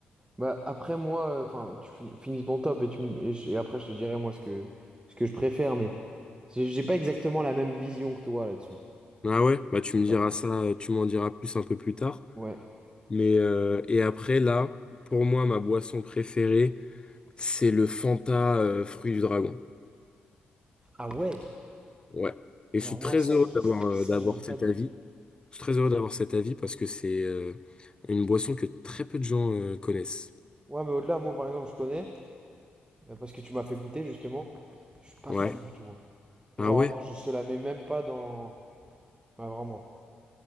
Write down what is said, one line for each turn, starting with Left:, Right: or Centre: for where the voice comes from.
Right: Bah, après, moi, enfin, tu fi- finis ton top et, tu, m- et, je- et après, je te dirai, moi, ce que, ce que je préfère, mais j'ai j'ai pas exactement la même vision que toi là-dessus.
Left: Ah ouais, bah tu me diras
Right: Ouais.
Left: ça, euh, tu m'en diras plus un peu plus tard.
Right: Ouais.
Left: Mais euh, et après là, pour moi ma boisson préférée c'est le Fanta euh, fruit du dragon.
Right: Ah ouais?
Left: Ouais. Et
Right: Alors,
Left: je suis
Right: moi,
Left: très
Right: ça,
Left: heureux
Right: j'ai-
Left: d'avoir euh,
Right: ça,
Left: d'avoir
Right: j'aime pas
Left: cet
Right: du
Left: avis.
Right: tout.
Left: Je suis très heureux d'avoir cet avis parce que c'est euh, une boisson que très peu de gens euh, connaissent.
Right: Ouais, mais au-delà, moi, par exemple, je connais, euh, parce que tu m'as fait goûter, justement. Je suis pas
Left: Ouais.
Right: fan du tout. hein.
Left: Ah
Right: Genre,
Left: ouais.
Right: moi, je je te la mets même pas dans. Ouais, vraiment.